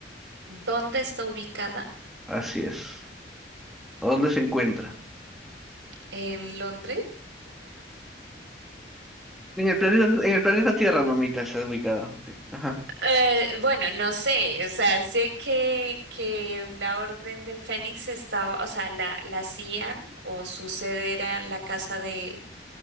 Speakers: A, on the right; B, in the centre.
A: ¿Dónde está ubicada?
B: Así es. ¿O dónde se encuentra?
A: ¿En Londres?
B: En el planeta, en el planeta Tierra, mamita, está ubicada. sí. Ajá.
A: Eh, bueno, no sé, o sea, sé que, que la Orden del Fénix estaba, o sea, la, la hacían o su sede era la casa de,